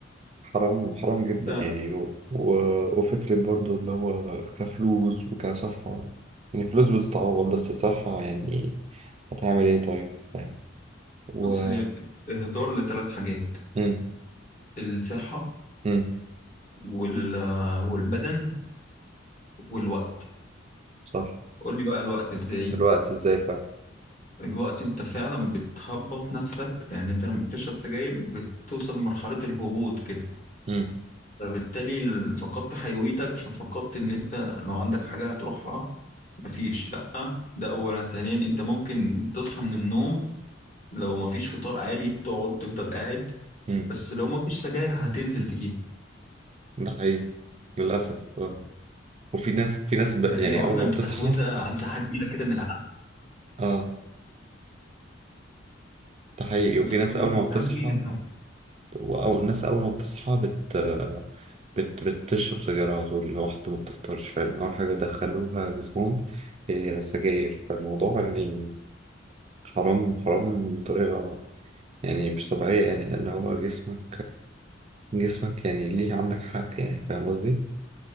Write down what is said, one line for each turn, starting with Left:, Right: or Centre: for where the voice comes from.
Right: حرام حرام جدا
Left: لا،
Right: يعني و... و... وفكرة برضو اللي هو كفلوس وكصحة يعني فلوس بتتعوض بس الصحة يعني هتعمل ايه طيب فاهم و
Left: بص هي اهدار لثلاث حاجات
Right: امم
Left: الصحه
Right: امم
Left: وال- آه، والبدن والوقت
Right: صح
Left: قول لي بقى الوقت ازاي
Right: الوقت ازاي فعلا
Left: الوقت انت فعلا بتهبط نفسك لان انت لما بتشرب سجاير بتوصل لمرحلة الهبوط كده
Right: امم
Left: فبالتالي ال- فقدت حيويتك ففقدت ان انت لو عندك حاجة هتروحها مفيش لأ ده اولا ثانيا انت ممكن تصحى من النوم لو مفيش فطار عادي تقعد تفضل قاعد
Right: امم
Left: بس لو مفيش سجاير هتنزل تجيب
Right: ده حقيقي للأسف اه وفي ناس في ناس ب...
Left: فهي
Right: يعني
Left: واخدة
Right: أول ما
Left: مستحوذة
Right: بتصحى
Left: على مساحة كبيرة كده من العقل
Right: اه ده حقيقي وفي
Left: مستحوذة
Right: ناس أول
Left: على
Right: ما
Left: مساحة
Right: بتصحى
Left: كبيرة يعني.
Right: وأو الناس أول ما بتصحى بت... بت... بتشرب سجاير على طول اللي هو حتى ما بتفطرش فاهم أول حاجة دخلوها جسمهم هي سجاير فالموضوع يعني حرام حرام بطريقة يعني مش طبيعية يعني لأن هو جسمك جسمك يعني ليه عندك حق يعني فاهم قصدي؟